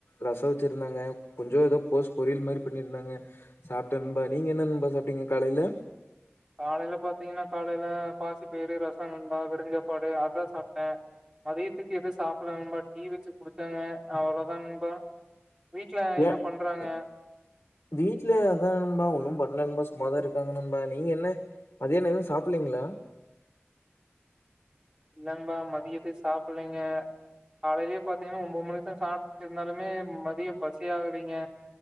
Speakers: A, on the left; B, on the right.
A: ரசோ வெச்சுருந்தாங்க கொஞ்சோ ஏதோ கோஸ் பொரியல் மாரி பண்ணியிருந்தாங்க சாப்ட நண்பா நீங்க என்ன நண்பா சாப்டீங்க காலையில
B: காலையில பாத்தீங்கன்னா காலையில பாசி பயிறு ரசம் காலைல சாப்பாடு அதா சாப்ட்டே மதியத்துக்கு எதுவு சாப்டல நண்பா டீ வச்சு குடுத்தாங்க அவ்வளதா நண்பா வீட்ல என்ன
A: ஏ
B: பண்றாங்க
A: இந் வீட்ல அதா நண்பா ஒன்னு பண்ல நண்பா சு சும்மா தா இருக்காங்க நண்பா நீங்க என்ன மதியான எதுவு சாப்பிலலீங்களா
B: இல்ல நண்பா மதியத்துக்கு சாப்பீலீங்க காலையலயே பாத்தீங்கன்னா ஒம்பது மணிக்கு தா சாப்ட்டு இருந்தாலுமே மதியம் பசி ஆகலீங்க